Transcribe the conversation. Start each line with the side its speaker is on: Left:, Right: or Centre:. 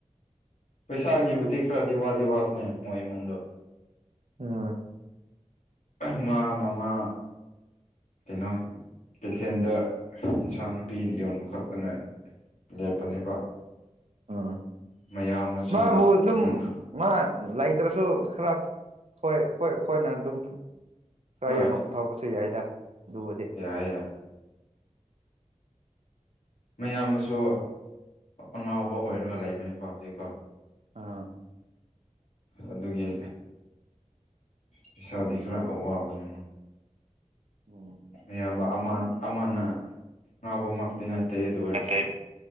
Left: ꯄꯩꯁꯥꯒꯤꯕꯨꯗꯤ ꯈꯔꯗꯤ ꯋꯥꯗꯤ ꯋꯥꯕꯅꯦ ꯃꯣꯏ ꯏꯃꯨꯡꯗꯣ
Right: ꯎꯝ
Left: ꯑꯃ ꯃꯃꯥ ꯀꯩꯅꯣ ꯀꯩꯊꯦꯜꯗ ꯑꯦꯟꯁꯥꯡꯅ ꯄꯤ ꯌꯣꯟꯕ ꯈꯛꯇꯅ ꯂꯦꯞꯄꯅꯦꯕ
Right: ꯑꯥ
Left: ꯃꯌꯥꯝꯕꯁꯤꯅ
Right: ꯃꯥꯕꯨ ꯑꯗꯨꯝ
Left: ꯎꯝ
Right: ꯃꯥ ꯂꯩꯇ꯭ꯔꯁꯨ ꯈꯔ ꯍꯣꯏ ꯍꯣꯏ ꯑꯩꯈꯣꯏꯅ ꯑꯗꯨꯝ ꯈꯔ
Left: ꯍꯣꯏ
Right: ꯌꯥꯝꯅ ꯄꯨꯊꯣꯔꯛꯄꯁꯨ ꯌꯥꯏꯗ ꯑꯗꯨꯕꯨꯗꯤ
Left: ꯌꯥꯏ ꯌꯥꯏ ꯃꯌꯥꯝꯕꯁꯨ
Right: ꯎꯝ
Left: ꯑꯉꯥꯎꯕ ꯑꯣꯏꯔꯒ ꯂꯩꯕꯅꯦꯀꯣ ꯍꯧꯖꯤꯛꯀꯣ
Right: ꯑꯥ
Left: ꯑꯗꯨꯒꯤ ꯄꯩꯁꯥꯗꯤ ꯈꯔ ꯋꯥꯕꯅꯦ
Right: ꯑꯣ
Left: ꯑꯌꯥꯝꯕ ꯑꯃꯅ ꯉꯥꯎꯕꯃꯛꯇꯤ ꯅꯠꯇꯦ ꯑꯗꯨ ꯑꯣꯏꯔꯁꯨ
Right: ꯑꯇꯩ